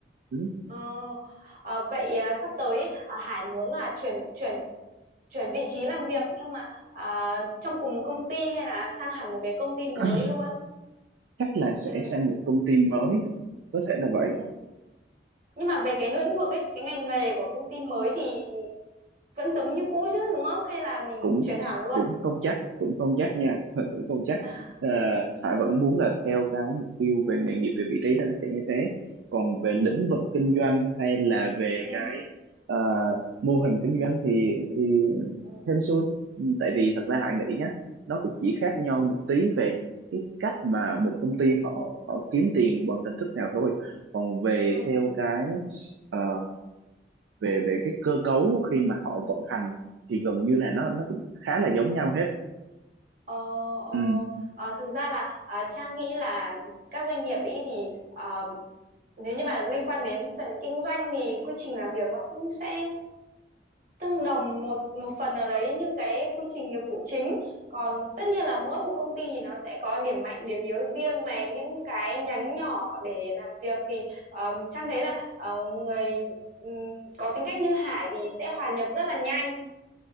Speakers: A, on the right (about 85°); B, on the right (about 45°).
A: ừ.
B: ờ Ờ, vậy à, sắp tới ý, à, Hải muốn là chuyển chuyển chuyển vị trí làm việc nhưng mà à, trong cùng một công ty hay là sang hẳn một cái công ty mới
A: <clears throat>
B: luôn
A: chắc là sẽ
B: ừ
A: sang một công ty mới có thể là vậy
B: ừ nhưng mà về cái lĩnh vực ấy cái ngành nghề của công ty mới thì vẫn giống như cũ chứ đúng không hay là mình
A: cũng
B: chuyển hẳn luôn
A: cũng không chắc cũng không chắc nha <laughs> cũng không chắc
B: <laughs>
A: Ờ, Hải vẫn muốn là theo cái mục tiêu về nghề nghiệp về vị trí là nó sẽ như thế còn về lĩnh
B: ừ
A: vực kinh doanh hay là
B: ừ
A: về
B: ừ
A: cái ờ, mô hình kinh doanh thì thì
B: ừ
A: hên xui Ừ, tại vì thật ra Hải nghĩ nhá nó cũng chỉ khác nhau một tí về cái cách mà một công ty họ họ kiếm tiền bằng hình thức nào thôi còn về
B: ừ
A: theo
B: ừ.
A: cái ờ, về về cái cơ cấu khi mà họ vận hành thì gần như là nó nó cũng khá là giống nhau hết
B: Ờ, ờ,
A: ừ,
B: ờ, thực ra là à, Trang nghĩ là các doanh nghiệp ý thì ờ, nếu như mà liên quan đến phần kinh doanh thì quy trình làm việc nó cũng sẽ tương đồng một một phần nào đấy những cái quy trình nghiệp vụ chính còn tất nhiên là mỗi một công ty thì nó sẽ có điểm mạnh điểm yếu riêng này những cái nhánh nhỏ để làm việc thì um, Trang thấy là ờ, người ừm, có tính cách như Hải thì sẽ hòa nhập rất là nhanh